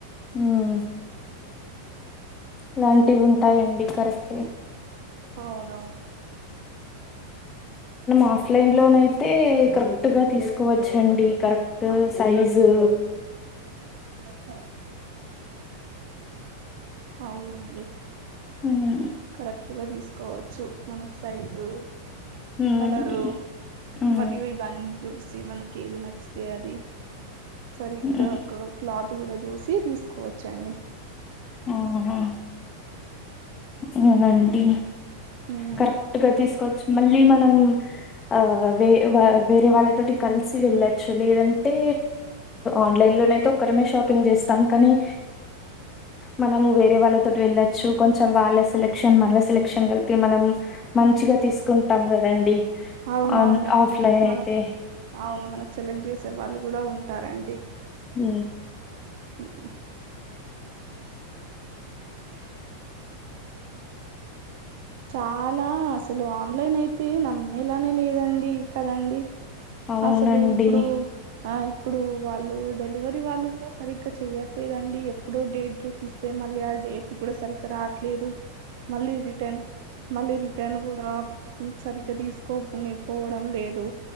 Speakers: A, on the left; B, on the right.
A: ఉమ్ ఇలాంటివి ఉంటాయండి కరెక్టే
B: అవునవును
A: ఆఫ్లైన్ లోన్ అయితే యితే కరెక్ట్గా తీసుకోవచ్చండి కరెక్ట్
B: ఆ,
A: సైజు
B: <inaudible> అవునండి
A: హామ్
B: కరెక్ట్ గా తీసుకోవచ్చు మనకు సైజు
A: హ్మ్
B: కలరు
A: హ్మ్
B: మరియు ఇవన్నీ జ్యూస్ మనకి ఏది నచ్చుతే అది సరిగ్గా
A: హ్మ్.
B: క్లాత్ కూడా చూసి తీసుకోవచ్చండి
A: ఆహా ఆ అవునండి
B: ఉమ్
A: కరెక్ట్గా తీసుకొ మళ్ళీ మనం ఆ వే వేరే వాళ్ళతోటి కలిసి వెళ్ళచ్చు లేదంటే ఆన్లైన్ లోనయితే ఒక్కరిమే షాపింగ్ చేస్తాం కానీ మనము వేరే వాళ్ళతోటి వెళ్ళొచ్చు కొంచెం వాళ్ళ సెలక్షన్ మన సెలక్షన్ మనం మంచిగా తీసుకుంటాం కదండి
B: అవునవునండి
A: ఆన్ ఆఫ్లైన్
B: మన
A: అయితే
B: అవును మనకు సెలెక్ట్ చేసేవాళ్ళు కూడ ఉంటారండి
A: ఉ
B: ఉమ్, చాలా అసలు ఆన్లైన్ అయితే నమ్మేలానే లేదండి. కదండి
A: అవునండి
B: అసలు ఇప్పుడు ఇప్పుడు వాళ్ళు డెలివరీ వాళ్ళు కూడా సరిగ్గా చెయ్యట్లేదండి. ఎప్పుడు డేట్ చూపిస్తే మళ్ళ ఈయాల డేట్ కూడా సరిగ్గా రాట్లేదు మళ్ళీ రిటర్న్ మళ్ళీ రిటర్న్ కూడా సరిగ్గా తీసుకోని పోవడం లేదు